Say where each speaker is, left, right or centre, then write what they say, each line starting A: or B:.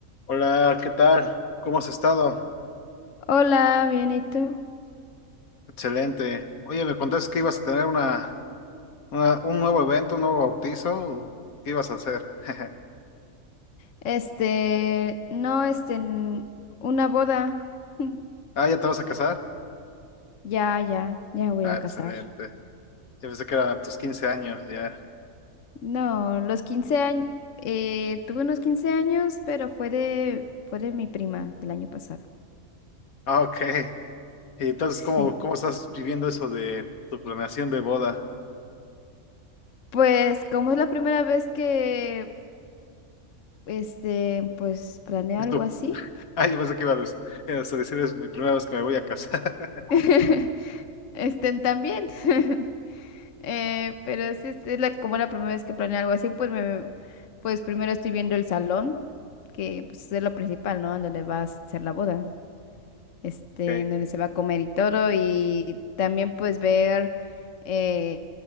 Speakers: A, on the left; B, on the left.
A: Hola, ¿qué tal? ¿Cómo has estado?
B: Hola, bien, ¿y tú?
A: Excelente. Oye, me contaste que ibas a tener una, una- un nuevo evento, un nuevo bautizo. ¿o ¿Qué ibas a hacer? <laughs>
B: Este, no, este, n- una boda. <laughs> Mm,
A: Ah, ¿ya te vas a casar?
B: Ya, ya, ya me voy
A: Ah,
B: a
A: excelente.
B: casar.
A: Ya pensé que eran tus 15 años, ya.
B: No, los 15 años, eh, tuve unos 15 años, pero fue de, fue de mi prima del año pasado.
A: Ah, ok. <laughs> Y entonces,
B: Sí.
A: ¿cómo, cómo estás viviendo eso de tu planeación de boda?
B: Pues, como es la primera vez que, este, pues, planeo
A: Es
B: algo
A: tu-
B: así,
A: <laughs> Ah, yo pensé que ibas a ibas a decir, es mi primera vez que me voy a casar. <laughs>
B: <laughs> estén también. <laughs> Eh, pero es, es, es la, como la primera vez que planeo algo así, pues me, pues primero estoy viendo el salón, que pues es lo principal, ¿no? En donde va a ser la boda, este,
A: Ok.
B: en donde se va a comer y todo, y también pues ver, eh,